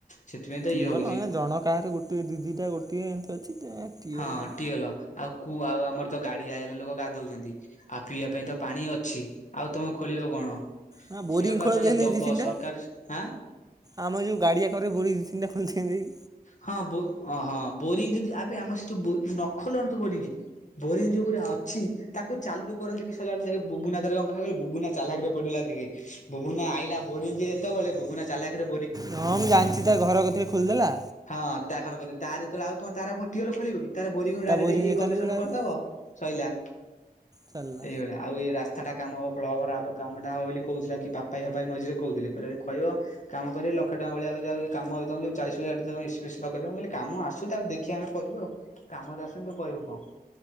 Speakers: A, on the left (about 50°); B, on the right (about 25°).
A: ସେଥିପାଇଁ ତ
B: ତିିଅର
A: ଇଏ ହଉଛି।
B: ହେ ଜଣ କାହାର ଗୋଟଏ ଦିଦିଟା ଗୋଟିଏ ଏମିତି ଅଛି। ଟିଅଲ
A: ହଁ
B: ଆଉ
A: ଟିୱଲ୍ ଆଉ କୂଅ ଆଉ ଆମର ତ ଗାଡିରେ ଲୋକ ଗାଧଉଛନ୍ତି। ଆଉ ପିଇବା ପାଇଁ ତ ପାଣି ଅଛି ଆଉ ତମେ ଖୋଳିବ କଣ?
B: ନା ବୋରିଂ
A: ସେଇକଥା
B: ଖୋଳନ୍ତି ହେଲେ
A: ଦବ
B: ଦି ତିନିଟା
A: ସରକାର ଆଁ
B: ଆମ ଏ ଯେଉଁ ଗାଡ଼ିଆ କରେ ବୋରିଂ ଦି ତିନ୍ ଟା ଖୋଳି ଦିଅନ୍ତେ କି?
A: ହଁ ବୋ ହଁ ହଁ ବୋରିଙ୍ଗ ଯଦି ଏବେ ଆମ ସେ ଯୋଉ ନଖନଟୁ ବୋରିଂ। ବୋରିଂ ଯୋଉ ଗୁରା ଅଛି ତାକୁ ଚାଲୁ କରନ୍ତେ କି? ସଜାଡି ସେଇଆକୁ। ବୁବୁନା ତାର କଣ କଲା କଇଲୁ ବୁବୁନା ଚାଲାକିରେ ପଡ଼ିଗଲା ଦେଖେ ବୁବୁନା ଆଇଲା ବୋରିଂ ଯେତେବେଳେ ବୁବୁନା ଚାଲଖିରେ
B: ହଁ ମୁଁ ଜାଣିଛି। ତା ଘର କଥରେ ଖୋଳିଦେଲା
A: ହଁ ତା ଘର କତିରେ ତାର ଯେତେବେଳେ ଆଉ କଣ ତାର କଣ ଟୁୱଲ୍ ଖୋିଳିବ କି ତାର ବୋରିଂରୁ
B: ତା
A: ଡାଇରେକ୍ଟ
B: ବୋରିଂରେ
A: ଇଏ
B: ଚାଲିବ
A: କନେସନ
B: ଡାଇରେକ୍ଟ
A: କରିଦବ ସଇଲା।
B: ସରିଲା।
A: ଏଇଭଳିଆ ଆଉ ଏଇ ରାସ୍ତାଟା କାମ ହବ କ୍ଲଭ ଘର ହବ କାମ ଟା ହବ ବୋଲି କହୁଥିଲା। କି ପାପା ପାଇଁ ମଝିରେ କହୁଥିଲେ କହିଲେ ଯଦି କହିବ। କାମ କରିବେ ଲ ଲକ୍ଷେ ଟଙ୍କା ଭଳିଆ ଯଦି ଆଉ କାମ ତମେ ଯୋଉ ଚାଳିଶ ପଇସା ଏଠି ତ ତମେ ଏସି ପେସି ଲଗେଇବ। ମୁଁ କଇଲି କାମ ଆସୁ ତାପରେ ଦେଖିବା ଆମେ କହିବୁ ଆଉ। କାମତ ଆସୁନି ତୁ କହିବୁ କଣ